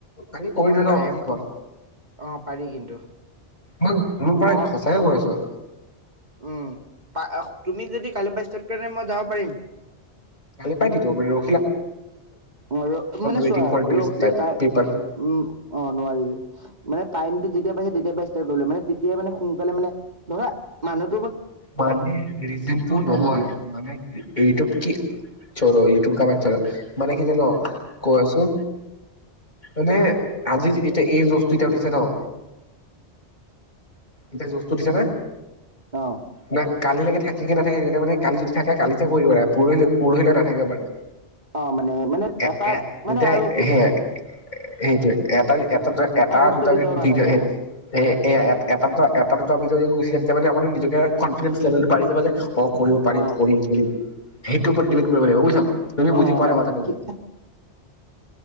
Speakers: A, on the left; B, on the right.
A: কালি
B: কিন্তু
A: কৰি
B: মানে
A: দিওঁ ন
B: লাহে
A: কি
B: পা-
A: ক
B: অ পাৰি কিন্তু
A: মই মোৰ পৰাই
B: ক
A: সচা কৈ আছো
B: উম তুমি যদি কালিৰ পৰা ষ্টাৰ্ট কৰা ন মই যাব পাৰিম
A: খালি পাই দিব পাৰো
B: অ ৰ মানে
A: ৱেটিং
B: চোৱা
A: ফৰ দিছ
B: ৰস
A: টাইপ
B: তাই
A: পিপল
B: উম অ নোৱাৰিবি মানে টাইমটো যেতিয়া পাইছে তেতিয় পৰা ষ্টাৰ্ট কৰিলো মানে তেতিয় মানে সোনকালে মানে ধৰা মানুহ
A: মানেজটো নহয়
B: টাইম লাগে
A: মানে ইউটিউব কি চল ইউটিউব কাৰবাৰল মানে কি জান কৈ আছো মানে আজি এতিয়া এই বস্তু এতিয়া উঠিছে ন এতিয়া জচটো উঠিছে নে
B: উম অ
A: না কালিলৈকে থাকে থে নাথাকে মান কালি যদি থাকে কালি যে দি লাগ প পৰহিলে ন থাকিব পাৰে
B: অ মানে মানে
A: এ
B: এটাক
A: এ যেতিয়া
B: মানে আৰু কি।
A: সেই সেইটোৱে এটা। এটা দু এটা
B: বস্তু
A: দুটা
B: কেতিয়াও নাথাকে
A: ভিডিঅ' এ
B: না
A: এ এ এ এটা দুটা এটা দুটা ভিডিঅ' গুচি থছে তা মানে। <inaudible> নিজ। ইয়াৰ কনফিডেঞ্চ লেভেলটো বাঢ়ি যাব যে। অ কৰিব পাৰিম
B: অ
A: কৰিম কৰিম সেইটোৰ ওপৰত
B: উম
A: ডিপেণ্ড কৰিব লাগিব বুজিাম তুমি বুজি
B: অ
A: পোৱা
B: মানে
A: নাই কথাটো।
B: কি